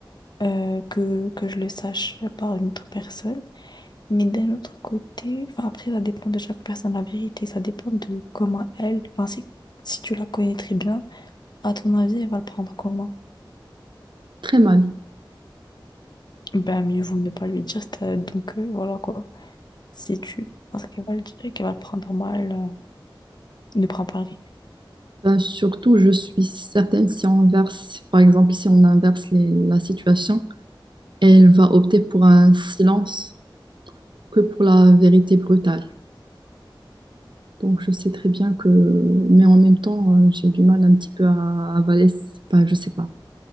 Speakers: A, on the left; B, on the right.
A: euh, que, que je le sache par une autre personne. Mais d'un autre côté, enfin après, ça dépend de chaque personne, la vérité. Ça dépend de comment elle, enfin si, si tu la connais très bien. À ton avis, il va le prendre comment?
B: Très mal.
A: Ben, mieux vaut ne pas lui dire, c'est- euh, donc euh, voilà quoi. Si tu penses qu'il va le dire, et qu'elle va le prendre mal, euh, ne prends pas le risque.
B: Ben, surtout, je suis certaine si on inverse, par exemple, si on inverse les- la situation, elle va opter pour un silence que pour la vérité brutale. Donc, je sais très bien que, mais en même temps, euh, j'ai du mal un petit peu à à avaler, enfin, je sais pas.